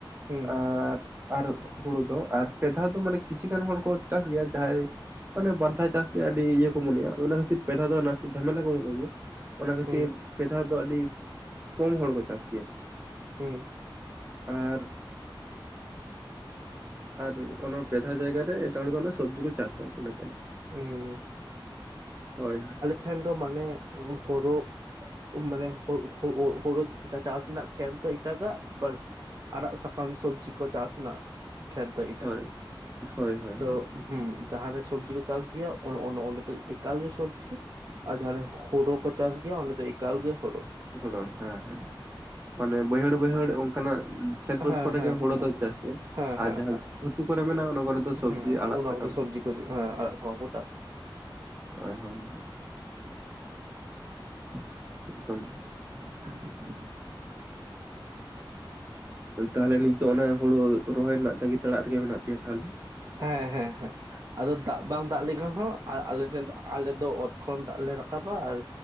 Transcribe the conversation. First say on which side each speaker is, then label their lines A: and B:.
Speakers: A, on the right (about 40°); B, on the right (about 25°).
A: ᱦᱩᱸ
B: ᱟᱨ ᱟᱨ ᱦᱩᱲᱩ ᱫᱚ ᱟᱨ ᱯᱮᱫᱷᱟᱣ ᱫᱚ ᱢᱟᱱᱮ ᱠᱤᱪᱷᱩ ᱜᱟᱱ ᱦᱚᱲ ᱠᱚ ᱪᱟᱥ ᱜᱮᱭᱟ ᱡᱟᱦᱟᱸᱭ ᱢᱟᱱᱮ ᱵᱟᱨᱫᱷᱟᱣ ᱪᱟᱥ ᱜᱮ ᱟᱹᱰᱤ ᱤᱭᱟᱹ ᱠᱚ ᱢᱚᱱᱮᱭᱟ ᱾ ᱚᱱᱟ ᱠᱷᱟᱹᱛᱤᱨ ᱯᱮᱫᱷᱟᱣ ᱫᱚ ᱚᱱᱟ ᱡᱷᱟᱢᱮᱞᱟ ᱠᱚ ᱢᱚᱱᱮ ᱜᱮᱭᱟ ᱾ ᱚᱱᱟ ᱠᱷᱟᱹᱛᱤᱨ
A: ᱦᱩᱸ
B: ᱯᱮᱫᱦᱟᱣ ᱫᱚ ᱟᱹᱰᱤ ᱠᱚᱢ ᱦᱚᱲ ᱠᱚ ᱪᱟᱥ ᱠᱮᱭᱟ ᱾
A: ᱦᱮᱸ
B: ᱟᱨ ᱟᱨ ᱚᱱᱟ ᱯᱮᱫᱷᱟ ᱡᱟᱭᱜᱟ ᱨᱮ ᱮᱴᱟᱜ ᱦᱚᱲ ᱫᱚ ᱥᱚᱵᱡᱤ ᱠᱚ ᱪᱟᱥᱟ ᱚᱱᱟᱴᱟᱭᱤᱢ ᱾
A: ᱦᱩᱸ
B: ᱦᱚᱭ ᱾
A: ᱦᱮᱸ ᱫᱚ ᱢᱟᱱᱮ ᱦᱩᱲᱩ ᱢᱟᱱᱮ ᱦᱩᱲᱩ ᱪᱟᱥ ᱨᱮᱱᱟᱜ ᱠᱷᱮᱛ ᱫᱚ ᱮᱴᱟᱜᱟᱜ᱾ ᱟᱵᱟᱨ ᱟᱲᱟᱜ ᱥᱟᱠᱟᱢ ᱥᱚᱵᱽᱡᱤ ᱠᱚ ᱪᱟᱥ ᱨᱮᱱᱟ ᱠᱷᱮᱛ ᱫᱚ ᱮᱴᱟᱜᱟᱜ
B: ᱦᱳᱭ
A: ᱾
B: ᱦᱳᱭ ᱦᱳᱭ
A: ᱛᱚ
B: ᱦᱳᱭ
A: ᱦᱮᱸ ᱡᱟᱦᱟᱸᱨᱮ ᱥᱚᱵᱽᱡᱤ ᱠᱚ ᱪᱟᱥ ᱜᱮᱭᱟ ᱚᱸᱰᱮ ᱫᱚ ᱮᱠᱟᱞ ᱜᱮ ᱥᱚᱵᱽᱡᱤ ᱟᱨ ᱡᱟᱦᱟᱸᱨᱮ ᱦᱩᱲᱩ ᱠᱚ ᱪᱟᱥ ᱜᱮᱭᱟ ᱚᱸᱰᱮ ᱫᱚ ᱮᱠᱟᱞ ᱜᱮ ᱦᱩᱲᱩ ᱾
B: ᱦᱩᱲᱩ ᱦᱮᱸ ᱦᱮᱸ, ᱢᱟᱱᱮ ᱵᱟᱹᱭᱦᱟᱹᱲ ᱵᱟᱹᱭᱦᱟᱹᱲ ᱚᱱᱠᱟᱱᱟᱜ ᱠᱷᱮᱛ ᱵᱟᱹᱫᱽ
A: ᱦᱮᱸ
B: ᱠᱚᱨᱮ
A: ᱦᱮᱸ
B: ᱜᱮ ᱦᱩᱲᱳ
A: ᱦᱮᱸ
B: ᱫᱚ ᱪᱟᱥ ᱜᱮ
A: ᱦᱮᱸ
B: ᱟᱨ
A: ᱦᱮᱸ
B: ᱡᱟᱦᱟᱸ
A: ᱦᱮᱸ
B: ᱜᱷᱩᱴᱩ ᱠᱚᱨᱮ ᱢᱮᱱᱟᱜᱼᱟ ᱚᱱᱟ ᱠᱚᱨᱮ ᱫᱚ ᱥᱚᱵᱽᱡᱤ
A: ᱦᱩᱸ
B: ᱟᱲᱟᱜ
A: ᱚᱱᱟ
B: ᱥᱟᱠᱟᱢ
A: ᱠᱚᱫᱚ
B: ᱾
A: ᱥᱚᱵᱽᱡᱤ ᱦᱮᱸ ᱟᱱᱟᱜ ᱥᱟᱠᱟᱢ ᱠᱚ ᱪᱟᱥ ᱠᱮᱭᱟ ᱾
B: ᱦᱚᱭ ᱦᱚᱭ ᱦᱚᱭ ᱾ <unintelligible>
A: <unintelligible>
B: ᱛᱟᱦᱚᱞᱮ ᱱᱤᱛᱚᱜ ᱚᱱᱟ ᱦᱩᱲᱩ ᱨᱚᱦᱚᱭ ᱨᱮᱱᱟᱜ ᱛᱟᱸᱜᱤ ᱛᱟᱲᱟᱜ ᱨᱮᱜᱮ ᱢᱮᱱᱟᱜ ᱯᱮᱭᱟ ᱛᱟᱦᱚᱞᱮ?
A: ᱦᱮᱸ ᱦᱮᱸ ᱦᱮᱸ ᱾ ᱟᱫᱚ ᱫᱟᱜ ᱵᱟᱝ ᱫᱟᱜ ᱞᱮᱠᱷᱟᱱ ᱦᱚᱸ ᱟᱞᱮ ᱴᱷᱮᱱᱫᱚ ᱟᱞᱮ ᱫᱚ ᱚᱛ ᱠᱷᱚᱱ ᱫᱟᱜ ᱞᱮ ᱨᱟᱠᱟᱵᱟ ᱟᱨ